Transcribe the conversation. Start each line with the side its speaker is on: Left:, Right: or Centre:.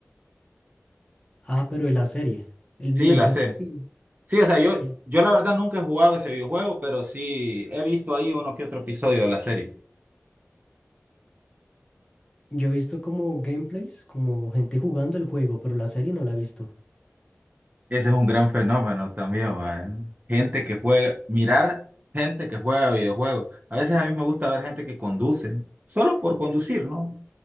Left: Ah, pero de la serie, el videojuego
Right: Sí, la serie.
Left: sí
Right: Sí, o sea,
Left: salió.
Right: yo, yo la verdad nunca he jugado ese videojuego, pero sí he visto ahí uno que otro episodio de la serie.
Left: Yo he visto como gameplays, como gente jugando el juego, pero la serie no la he visto.
Right: Ese es un gran fenómeno también, mae. Gente que juega, mirar gente que juega videojuegos. A veces a mí me gusta ver gente que conduce, solo por conducir, ¿no?